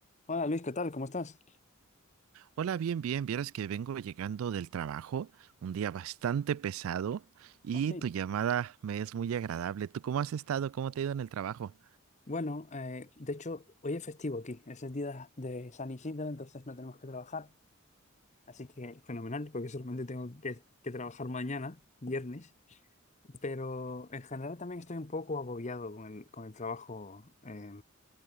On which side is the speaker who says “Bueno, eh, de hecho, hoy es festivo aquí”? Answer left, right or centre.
Left